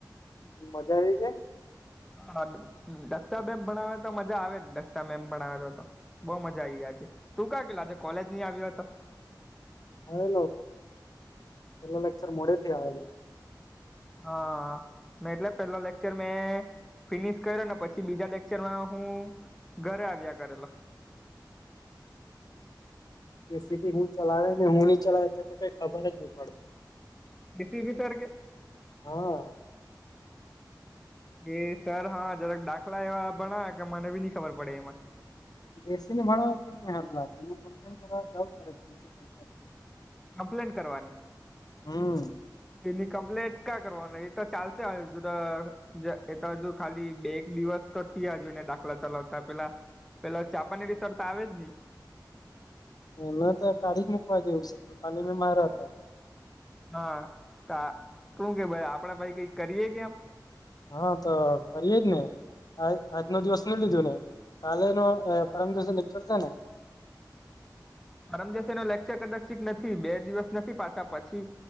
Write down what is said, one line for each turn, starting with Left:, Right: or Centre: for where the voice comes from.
Left: મજા આવી કે
Centre: હા દક્ષામેમ ભણાવે તો મજા આવે જ દક્ષા મેમ ભણાવે તો તો બઉુ મજા આ આવી આજે તું ક્યા કે આજે કોલેજ ની આવ્યો હતો.
Left: આવેલો પેલા લેક્ચર મોડે થી આવેલો
Centre: હા એટલે પેલા લેક્ચર મેં ફિનિશ કર્યો ને પછી બીજા લેક્ચરમાં હું ઘરે આવ્યા કરેલો
Left: <unintelligible> એસીપી
Centre: પછી
Left: હું ચલાવે ને હું નહી ચલાવે તે તો કઈ ખબર જ નહી પડે
Centre: કીસી ભી સર કે
Left: હા
Centre: એ સર હા જરાક દાખલા એવા ભણાવે કે મને બી નહી ખબર પડે એમાં
Left: બેસીની ભાણ <unintelligible> ત હાર લાગેને કમપ્લેન કરાવવા પડે <unintelligible>
Centre: કમ્પ્લેન કરવાની
Left: હમ
Centre: એની કમ્પ્લેટ ક્યા કરવાનું એ તો ચાલશે હ હજુ એ તો હજુ ખાલી બે એક દિવસ તો થયા જોને દાખલા ચલાવતા પેલા પેલા ચાપાની રિ સર તો આવે જ ઈ
Left: ન તો કાઢી જ મુકવા જેવું છે કૃપાલી મેમ હારા હતા
Centre: હા તો શું કે ભાઈ આપડે ભાઈ કઈક કરીએ કે એમ
Left: હા તો કરીે જ ને આ આજ નો દિવસ નહી લીધો ને કાલે નો પરમ દિવસે લેકચર છે ને
Centre: પરમ જેશે એનો લેક્ચર કદાચીત નથી બે દિવસ નથી પાછા પછી